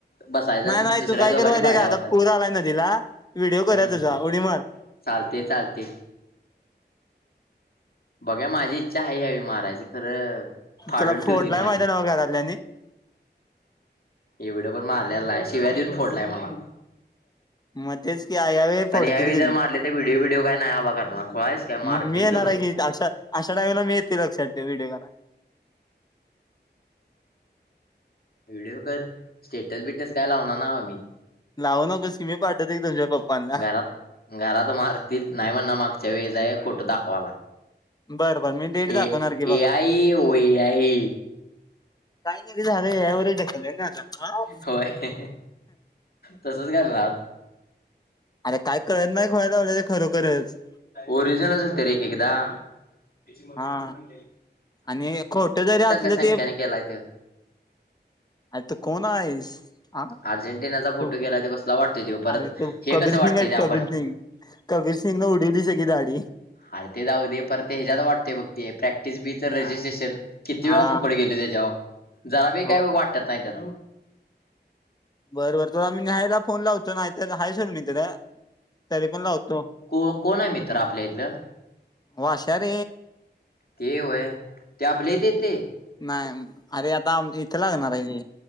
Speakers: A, on the left (about 55°); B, on the left (about 20°).
A: बसायचा
B: नाही
A: आणि
B: नाही
A: दुसऱ्या
B: तू काय
A: दोघांनी
B: कर माहितीये
A: <inaudible> भड्या
B: का आता
A: <inaudible> होताच्या
B: पूर आलाय नदीला व्हिडिओ करूया
A: हम्म,
B: तुझा उडी मार
A: चालते चालते, बघा माझी इच्छा आहे यावी मारायचे खरं फाडून
B: तुला
A: ठेवतील
B: फोडलाय
A: माझी.
B: <unintelligible> <inaudible>
A: एवढं पण मारलेला <inaudible> आहे शिवय देऊन फोडलाय मला,
B: मग तेच की यावेळी फोडतील
A: पण यावेळी
B: तुझी
A: जर मारले तर व्हिडिओ व्हिडिओ काय नाही <inaudible> हवा करणार <inaudible> कोळायच काय मारतील
B: मग मी येणार
A: धरून.
B: आहे की अशा <inaudible> अाईमला मी येते लक्षात व्हिडिओ कराला.
A: व्हिडीओ कर, स्टेटस बिटस काय लावणार नाव मी.
B: लावू नकं <inaudible> सी मी पाठत एक तुच्या पप्पांना,
A: घरात घरात मारतील नाही म्हणणा मागच्या वेळचा आहे खोटं दाखवायला.
B: बरं बरं मी डेट दाखवणार
A: ए
B: की बघा
A: एआई, ओ एआई,
B: काहीतरी झालंय वढे <inaudible> ठकलंय ना आता,
A: होय तसच करणार.
B: अरे काय कळत नाही <inaudible> खयवल्या ते खरोखरच.
A: ओरिजिनल असते रे एक एकदा <inaudible> म
B: हा
A: पण म्हण,
B: आणि खोट जरी असलं
A: संख्याने
B: ते,
A: केलाय तो
B: आता कोण आहेस. हा
A: अर्जेंटिनाचा फोटो
B: तू
A: केलाय तो कसला वाटतोय तो परत
B: अरे तू
A: हे
B: कबीर
A: कसं वाटतंय
B: सिंग आहेच
A: ते आपण
B: कबीर सिंग, कबीर सिंग न उडवली सगी दाडी
A: अरे ते जाऊ दे परत ह्यात वाटतय बघ ते प्रॅक्टिस बीच रजिस्ट्रेशन किती
B: हा
A: वेळा फुकडे गेले त्याच्यावर, जरा बी
B: हो
A: काही वाटत नाही त्या,
B: बर बर त आम्ही <inaudible> ल्याहायला फोन लावतो नाही <inaudible> तरहायचोड मित्र तरी पण लावतो
A: को कोण आहे मित्र आपल्या इथलं.
B: वाश <inaudible> र
A: ते वय <inaudible> त्या <inaudible> आपले देत.
B: नाही अरे आता आम इथे लागणार आहे.